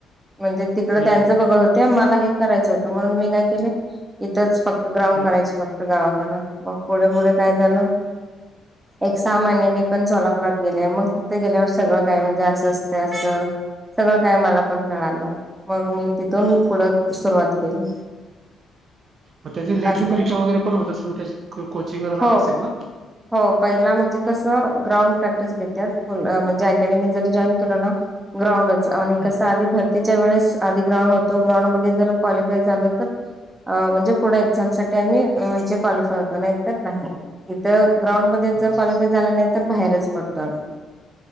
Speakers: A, on the right (about 15°); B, on the right (about 55°).
A: म्हणजे तिकड
B: हं,
A: त्यांचं
B: हं. हं,
A: बघत होत्या मला हे करायचं होतं म्हणून मी काय केले इथंच फक्त ग्राउंड
B: हं.
A: करायचे फक्त गावाकडं मग पुढे-पुढे काय झालं? एक सहा महिने मी पण सोलापुरात गेले मग तिथे गेल्यावर सगळं काय म्हणजे असं असते असं सगळं काय मला पण कळालं मग मी तिथून पुढं सुरवात केली.
B: मग त्याची लेखी
A: असं
B: परीक्षा वगैरे पण होत असेल मग त्याची कोचिंग लाख
A: हो
B: असेल ना.
A: हो पहिला म्हणजे कसं ग्राउंड प्रॅक्टिस घेत्यात. पूर्ण म्हणजे अकॅडमी जरी जॉईन केलो ना ग्राउंडच आणि
B: हं
A: कसं आधी भर तिच्या वेळेस आधी ग्राउंड होतो ग्राउंड मध्ये जर क्वालिफाय झालो तर अ म्हणजे पुढे एक्झाम साठी आम्ही म्हणजे क्वालिफाय होतो नाही तर नाही. तर ग्राउंडमध्येध्ये
B: अच्छा अच्छा
A: जर कॉलिफाय झाला नाही तर बाहेरच पडतो आम्ही. <inaudible>